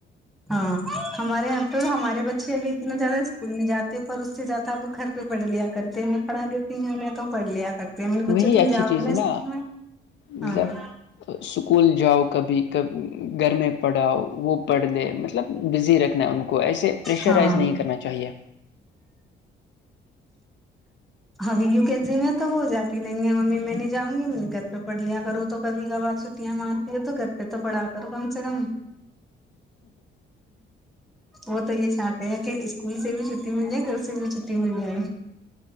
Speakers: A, in the centre; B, on the left (about 65°).
A: ہاں ہمارے یہاں تو ہمارے بچے ابھی اتنا زیادہ اسکول نہیں جاتے پر اس سے زیادہ اب گھر پڑھ لیا کرتے ہیں میں پڑھا دیتی ہوںہیں تو پڑھ لیا کرتے ہیں میرے
B: وہی
A: بچے تم
B: اچھی
A: جاؤ
B: چیز
A: گے
B: ہے نا
A: اسکول میں
B: مطلب
A: ہاں
B: اسکول جاؤ کبھی کب گھر میں پڑھاؤ وہ پڑھ لے مطلب بزی رکھ ان کو ایسے پرریشرائز
A: ہاں
B: نہیں کرنا چاہیے
A: ابھی یو کے جی میں تو ہو جاتی نہیں ہے ممی میں نہیں جاں گی میں نے گھر پہ پڑھ لیا کروں تو کبھی کبھار چھٹیاں مارتی ہے تو گھر پہ تو پڑھا کروں کم سے کم وہ تو یہ چاہتے ہیں اسکول سے بھی چھٹی مل جائے گھر سے بھی چھٹی مل جائے